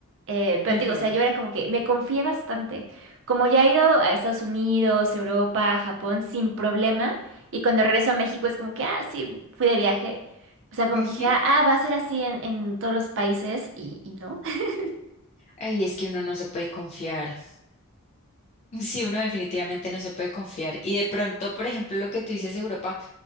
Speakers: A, on the right; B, on the left.
A: eh, pero
B: Ujú,
A: te digo, o sea, yo era como que me confié bastante. Como ya he ido a Estados Unidos, Europa, Japón sin problema, y cuando regreso a México es como que, ah, sí, fui de viaje. O sea, como
B: ujú.
A: que dije, ah, va a ser así en, en todos los países y, y no. <laughs>
B: Ay, es que uno no se puede confiar. Sí, uno definitivamente no se puede confiar. Y de pronto, por ejemplo, lo que tú dices de Europa,